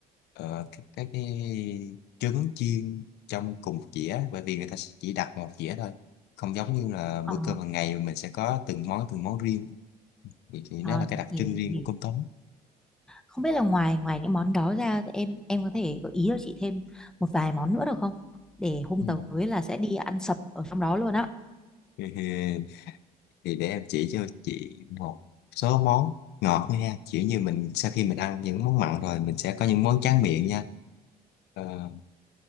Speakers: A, on the left; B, in the centre.
A: ờ, các các cái trứng chiên trong cùng một dĩa bởi vì người ta sẽ chỉ đặt một dĩa thôi không giống như là bữa
B: Ờ,
A: cơm hàng ngày mình sẽ có từng món từng món riêng thì, thì
B: ờ,
A: nó là cái đặc
B: hiểu
A: trưng
B: hiểu
A: riêng
B: hiểu.
A: của cơm tấm
B: Không biết là ngoài ngoài những món đó ra thì em em có thể gợi ý cho chị thêm một vài món nữa được không? Để hôm
A: ừ.
B: tới là sẽ đi ăn sập ở trong đó luôn á.
A: <laughs> thì, để em chỉ cho chị một số món ngọt nha kiểu như mình sau khi mình ăn những món mặn rồi mình sẽ có những món tráng miệng nha Ờ,